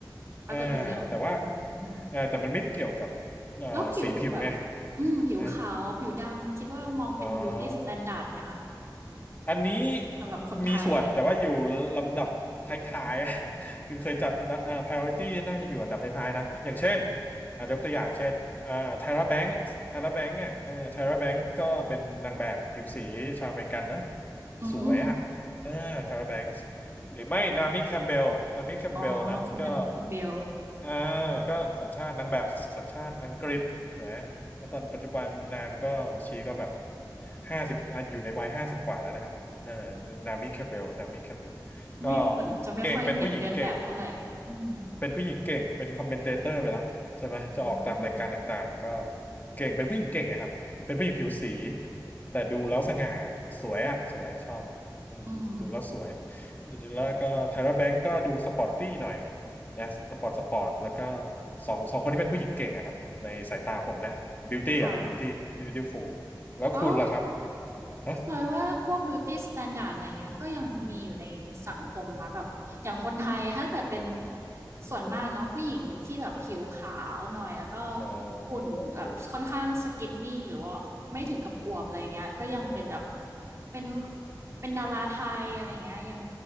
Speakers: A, on the right (about 40°); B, on the left (about 25°).
A: ถ้าเกิดเป็นเรื่องอืม
B: อ่าแต่ว่าเอ่อแต่มันไม่ได้เกี่ยวกับเอ่อสีผิวไง
A: แล้วผิวแบบอืมผิวขาวผิวดำคิดว่ามองเป็นบิวตี้สแตนดาร์ดไหมคะ
B: นะเอ่ออันนี้
A: สำหรับคนไทย
B: มีส่วนแต่ว่าอยู่ลำดับท้ายๆ <laughs> คือเคยจัดอันดับเอ่อ priority น่าจะอยู่อันดับท้ายๆนะอย่างเช่นอาจจะยกตัวอย่างเช่นเอ่อ Tyra Banks Tyra Banks เนี่ยเอ่อ Tyra Banks ก็เป็นนางแบบผิวสีชาวอเมริกันนะ
A: อืม
B: สวยอะอ่าทาราแบงค์หรือไม่นามิแคมเบลนามิแคมเบลนะก็
A: อ๋อคุณนามิคิมเบล
B: อ่าก็สัญชาตินางแบบสัญชาติอังกฤษถูกไหมแล้วตอนปัจจุบันนางก็ชีก็แบบห้าสิบอยู่ในวัยห้าสิบกว่าแล้วนะครับเอ่อนามิแคมเบลนามิแคมเบลก็
A: ไม่เหมือนจะไม่ค่อยเห็นเดินแบบเท่าไหร่อืม
B: เก่งเป็นผู้หญิงเก่ง เป็นผู้หญิงเก่งเป็นคอมเมนเตเตอร์ไปแล้วใช่ไหมจะออกตามรายการต่างๆก็
A: อืม
B: เก่งเป็นผู้หญิงเก่งไงครับเป็นผู้หญิงผิวสีแต่ดูแล้วสง่าสวยอ่ะสวยชอบอืมดูแล้วสวย
A: อืม
B: แล้วก็ไทระแบงก์ก็ดูสปอร์ตตี้หน่อยนะสปอร์ตสปอร์ตแล้วก็สองสองคนที่เป็นผู้หญิงเก่งอะครับในสายตาผมนะบิวตี้อะบิวตี้บิวตี้ฟูลแล้วคุณล่ะครับ
A: ค่ะแล้ว
B: ฮะ
A: สอยว่าพวก beauty standard อะไรเงี้ยก็ยังมีอยู่ในสังคมนะแบบอย่างคนไทยถ้าเกิดเป็นส่วนมากเนาะผู้หญิงที่แบบผิวขาวหน่อยแล้วก็
B: เออ
A: หุ่นแบบค่อนข้างสกินนี่หรือว่าไม่ถึงกับอวบอะไรเงี้ยก็ยังเป็นแบบ
B: เออเอออืม
A: เป็นเป็นดาราไทยอะไรเงี้ยยัง